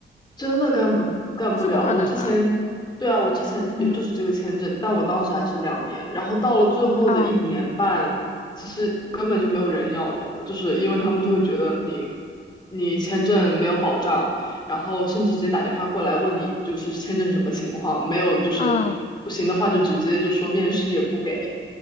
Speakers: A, on the left; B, on the left.
A: 真的干不干不了。
B: 就是不可能啊。
A: 我之前，对啊，我之前有就是这个签证，
B: 嗯
A: 但我当时还是两年，然后到了最后的一年半，
B: 啊
A: 其实根本就没有人要你了，就是因为他们就会觉得你你签证没有保障，然后甚至直接打电话过来问你就是签证什么情况，没有就是不行的话就直接就说面试也不给，
B: 嗯